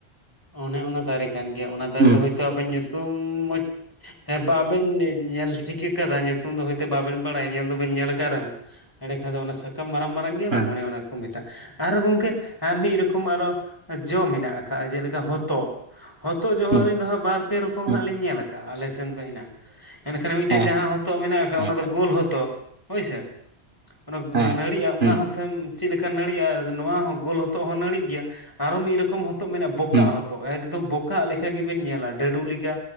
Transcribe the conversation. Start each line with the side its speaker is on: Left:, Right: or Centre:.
Left: ᱚᱱᱮ ᱚᱱᱟ ᱫᱟᱨᱮ ᱠᱟᱱ ᱜᱮᱭᱟ, ᱚᱱᱟ ᱫᱟᱨᱮ
Right: ᱦᱩᱸ
Left: ᱫᱚ ᱦᱚᱭᱛᱚ ᱟᱵᱮᱱ ᱧᱩᱛᱩᱢ ᱢᱚᱡᱽ ᱦᱮᱸ ᱵᱟᱵᱮᱱ ᱧᱮᱞ ᱴᱷᱤᱠᱟᱹ ᱠᱟᱫᱟ ᱧᱩᱛᱩᱢ ᱫᱚ ᱦᱚᱭᱛᱚ ᱵᱟᱵᱮᱱ ᱵᱟᱲᱟᱭᱟ ᱧᱮᱞ ᱫᱚᱵᱤᱱ ᱧᱮᱞ ᱟᱠᱟᱫ ᱨᱮᱦᱚᱸ᱾ ᱮᱸᱰᱮ ᱠᱷᱟᱱ ᱫᱚ ᱚᱱᱟ ᱥᱟᱠᱟᱢ ᱢᱟᱨᱟᱝ ᱢᱟᱨᱟᱝ ᱜᱮᱭᱟ
Right: ᱦᱮᱸ
Left: ᱵᱟᱝ ᱚᱱᱮ ᱚᱱᱟ ᱜᱮᱠᱚ ᱢᱮᱛᱟᱜ-ᱟ ᱟᱨᱦᱚᱸ ᱜᱚᱝᱠᱮ ᱦᱟᱸ ᱢᱤᱫ ᱨᱚᱠᱚᱢ ᱟᱨᱚ ᱡᱚ ᱢᱮᱱᱟᱜ-ᱟ᱾ ᱠᱟᱜ-ᱟ ᱡᱮᱞᱮᱠᱟ ᱦᱚᱛᱚᱫ᱾ ᱦᱚᱛᱚᱫ ᱡᱚ ᱦᱚᱸ
Right: ᱦᱩᱸ
Left: ᱟᱹᱞᱤᱧ ᱫᱚ ᱦᱟᱸᱜ ᱵᱟᱨ-ᱯᱮ ᱨᱚᱠᱚᱢ
Right: ᱦᱩᱸ
Left: ᱦᱟᱸᱜ ᱞᱤᱧ ᱧᱮᱞ ᱟᱠᱟᱫ-ᱟ, ᱟᱞᱮᱥᱮᱱ ᱫᱚ ᱦᱮᱱᱟᱜ-ᱟ᱾ ᱮᱱᱠᱷᱟᱱ ᱢᱤᱫᱴᱮᱡ
Right: ᱦᱮᱸ
Left: ᱡᱟᱦᱟᱸ
Right: ᱦᱮᱸ
Left: ᱦᱚᱛᱚᱫ ᱢᱮᱱᱟᱜ-ᱟ ᱮᱠᱷᱟᱡ
Right: ᱦᱮᱸ
Left: ᱚᱱᱟ ᱫᱚ
Right: ᱦᱮᱸ
Left: ᱜᱳᱞ ᱦᱚᱛᱚᱫ ᱦᱳᱭᱥᱮ᱾ ᱚᱱᱟ ᱚᱱᱟ
Right: ᱦᱮᱸ
Left: ᱱᱹᱲᱤᱜ-ᱟ ᱚᱱᱟ
Right: ᱦᱩᱸ
Left: ᱦᱚᱸ ᱥᱮᱢ ᱪᱮᱫᱞᱮᱠᱟ ᱠᱟ ᱱᱟᱹᱲᱤᱜ-ᱟ ᱟᱨ ᱱᱚᱣᱟ ᱦᱚᱸ ᱜᱳᱞ ᱦᱚᱛᱚᱜ ᱦᱚᱸ ᱱᱟᱹᱤᱜ ᱜᱮᱭᱟ ᱟᱨᱚ ᱢᱤᱫ ᱨᱚᱠᱚᱢ ᱦᱚᱛᱚᱫ ᱢᱮᱱᱟᱜ-ᱟ ᱵᱚᱠᱟᱜ
Right: ᱦᱩᱸ
Left: ᱦᱚᱛᱚᱫ᱾ ᱛᱚ ᱮᱠᱫᱚᱢ ᱵᱚᱠᱟᱜ ᱞᱮᱠᱟ ᱜᱮᱵᱤᱱ ᱧᱮᱞᱟ᱾ ᱰᱟᱹᱰᱩ ᱞᱮᱠᱟ,